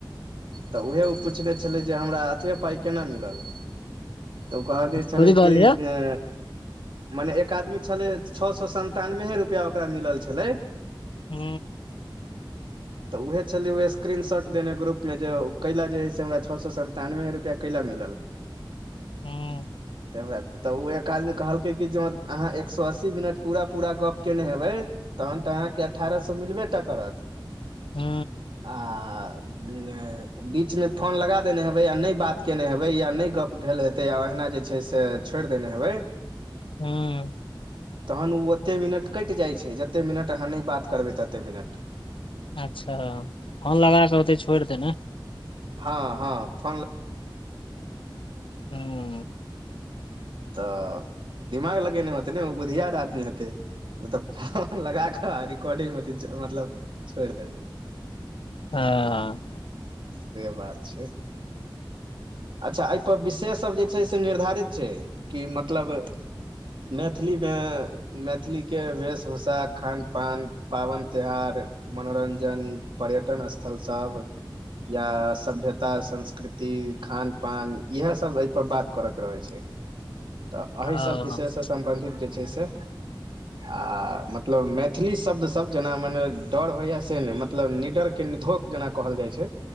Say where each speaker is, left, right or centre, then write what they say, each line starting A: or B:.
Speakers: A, on the right; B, on the left.
A: तऽ उहे ओ पुछनेे छलै जे हमरा एतबे पाइ केना मिललया? तऽ ओ कहब जे छलै
B: कथी कहलियै
A: कि जे मने एक आदमी छलै छओ सए सन्तानब रुपैआ ओकरा मिलल छलै।
B: हू
A: तऽ उएह छलैय स्क्रीनशॉट देने ग्रुपमे जे कैला जे हइ से हमरा छओ सए सन्तानबे रुपैआ कैला मिलल?
B: हूँ
A: त वैह तऽ ओ एक आदमी कहलकै कि जे अहाँ एक सए अस्सी मिनट पूरा पूरा गप केने हेबै तहन तऽ अहाँके अठारह सए मिलबेटा करत।
B: हू
A: आ <unintelligible> बीचमे फोन लगा देने हेबै आ नहि बात केयने हेबै या नहि गप्प भेल हेतै आ अहिना जे छै से छोड़ि देने हेबै
B: हूँ
A: तखन ओ ओतेक मिनट कटि जाइत छै जतेक मिनट अहाँ नहि बात करबै ततेक मिनट
B: अच्छा फोन लगा कऽ होते छोड़ि देने
A: हँ हँ फोन ल
B: हुँ
A: तऽ दिमाग लगेने होतै ने ओ बुद्धियार आदमी हेतै फोन लगााक रिकॉर्डिंग मे मतलब हेतै छोड़ देने
B: हँ
A: से बात छै अच्छा एहिपर विशेष सब जे छै से निर्धारित छै कि मतलब मैथिलीमे मैथिलीके वेशभूषा खान पान पाबैन तिहार मनोरंजन पर्यटन स्थलसभ या सभ्यता संस्कृति खान पान इएह सब एहिपर बात करय के रहै छै तऽ
B: हँ
A: एहीसभ विषयसँ सम्बन्धित जे छै से आ मतलब मैथिली शब्दसभ जेना माने डर होइए से नहि मतलब निडरके निधोक जेना कहल जाइ छै